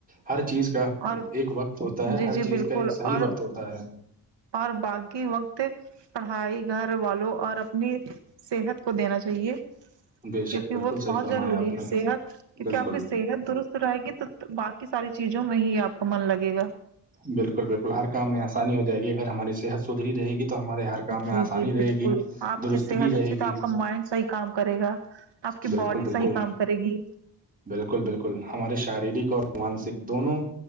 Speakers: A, on the right; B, on the right.
A: ہر چیز کا
B: اور
A: ایک وقت ہوتا ہے
B: جی
A: ہر
B: جی
A: چیز
B: بالکل
A: کا ایک صحیح
B: اور
A: وقت ہوتا ہے
B: اور باقی وقت پڑھائی گھر والوں اور اپنی صحت کو دینا چاہیے
A: بے
B: کیونکہ
A: شک بالکل
B: وہ تو
A: صحیح
B: بہت
A: فرمایا
B: ضروری
A: آپ نے
B: ہے صحت کیونکہ
A: بالکل
B: آپ کی صحت درست رہے گی تو باقی ساری چیزوں میں ہی آپ کا من لگے گا
A: بالکل بالکل ہر کام میں آسانی ہو جائے گی اگر ہماری صحت سدھری رہے گی تو تو ہمارے ہر کام میں
B: جی
A: آسانی
B: جی
A: رہے
B: بالکل
A: گی
B: آپ
A: درستگی
B: کی صحت
A: رہے
B: اچھی تو
A: گی
B: آپ کا مائنڈ صحیح کام کرے گا آپ کی
A: بالکل
B: باڈی
A: بالکل
B: صحیح کام کرے گی
A: بالکل بالکل ہمارے شاریڈک اور مانسک دونوں